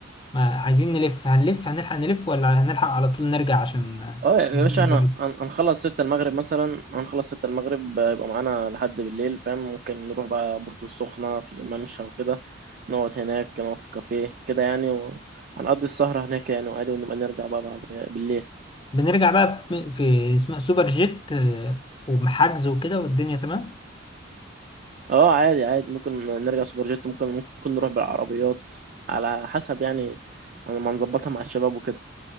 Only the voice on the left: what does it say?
ما عايزين نلف هنلف هنلحق نلف ولا هنلحق على طول نرجع عشان آه،
نتصدر
بنرجع بقى في, في اسمها سوبر جيت آه، ومحجز وكده والدنيا تمام